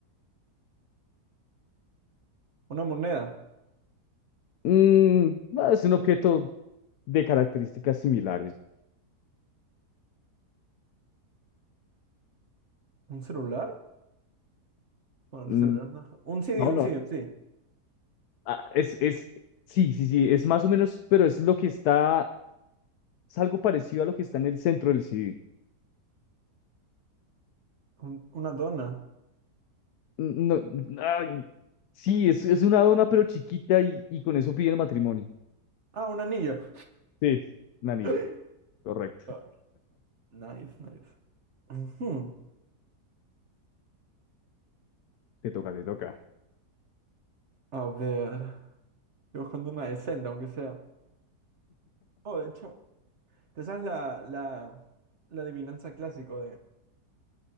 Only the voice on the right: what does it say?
¿Una moneda?
¿Un celular? Bueno,
un celular no. Un CD,
un
CD, un CD.
Un- una dona.
Ah, un anillo.
<laughs>
Ok, Nice, nice. Ujú.
A ver. Estoy buscando una de Senda, aunque sea. Oh, de hecho, ¿te sabes la, la, la adivinanza clásico de...